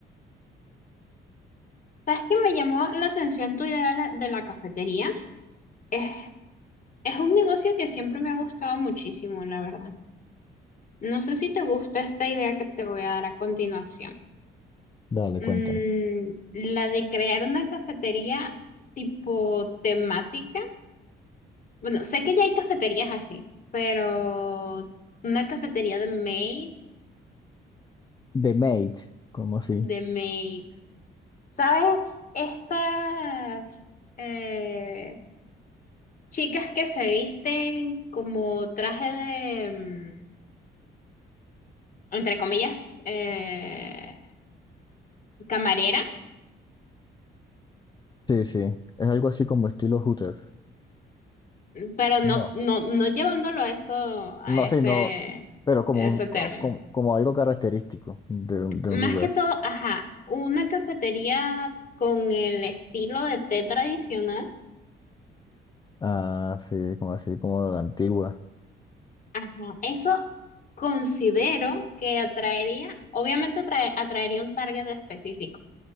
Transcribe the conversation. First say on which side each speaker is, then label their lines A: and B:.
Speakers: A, on the left; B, on the left.
A: ¿Sabes qué me llamó la atención tu idea de la, de la cafetería? Es, es un negocio que siempre me ha gustado muchísimo, la verdad. No sé si te gusta esta idea que te voy a dar a continuación.
B: Dale,
A: Mm,
B: cuéntame.
A: la de crear una cafetería tipo temática. Bueno, sé que ya hay cafeterías así, pero una cafetería de maids,
B: The Mate, como así?
A: de maids. ¿Sabes? Estas... eh, Chicas que se visten como traje de, mm, entre comillas, eh, camarera,
B: Sí, sí. Es algo así como estilo Hooters.
A: pero no,
B: No,
A: no, no llevándolo a eso, a
B: no, sí,
A: ese,
B: no. Pero como,
A: ese
B: un- co-
A: término.
B: como, como algo característico de, un- de
A: Más
B: un lugar.
A: que todo, ajá, una cafetería con el estilo de té tradicional,
B: Ah, sí, como así, como la antigua.
A: ajá, eso considero que atraería, obviamente atrae- atraería un target específico